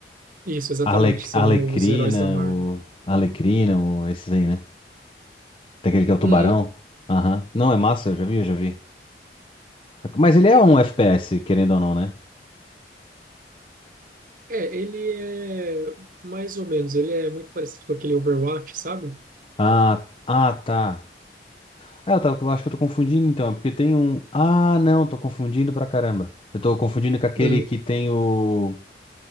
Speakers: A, on the right; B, on the left.
A: isso, exatamente.
B: Arle,
A: São
B: Arlequina,
A: os heróis da Marvel.
B: o Arlequina, o esses aí, né? Daquele que é o tubarão.
A: Uhum.
B: Aham. Não, é massa, eu já vi, eu já vi. Mas ele é um FPS, querendo ou não, né?
A: É, ele é mais ou menos, ele é muito parecido com aquele Overwatch, sabe?
B: Ah, ah, tá. Ah, eu, tava, eu acho que eu tô confundindo então, é porque tem um. Ah, não, tô confundindo pra caramba. Eu tô confundindo com aquele
A: Uhum,
B: que tem o.